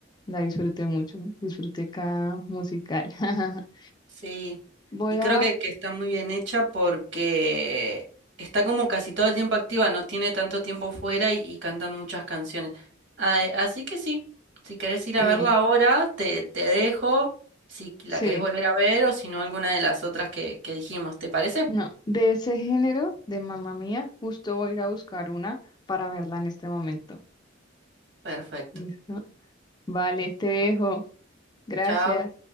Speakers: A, on the left (about 20°); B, on the right (about 65°).
A: La disfruté mucho, ¿no? disfruté cada musical. <laughs>
B: Sí,
A: Voy
B: y creo
A: a,
B: que, que está muy bien hecha porque está como casi todo el tiempo activa, no tiene tanto tiempo fuera y, y cantan muchas canciones. Ah, eh, así que sí, si querés ir
A: sí,
B: a verla ahora, te, te dejo, si la
A: sí,
B: querés volver a ver o si no alguna de las otras que, que dijimos, ¿te parece?
A: no, de ese género, de Mamá Mía, justo voy a ir a buscar una para verla en este momento.
B: Perfecto.
A: ¿Listo? Vale, te dejo. Gracias.
B: Chao.